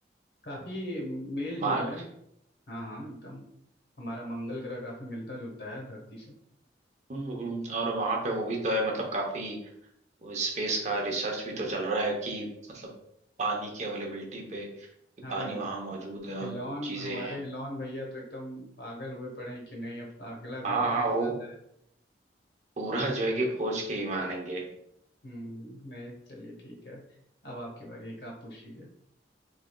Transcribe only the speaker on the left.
काफी मेल
जोल है हाँ हाँ एकदम हमारा मंगल ग्रह काफी मिलता जुलता है धरती से
अरे
इलॉन
हमारे
इलॉन भैया तो एकदम पागल हुए पड़े हैं कि नहीं अपना अगला घर
वहीं
बनाना है
हम्म नहीं चलिए ठीक है अब आपकी बारी एक आप पूछ लीजिए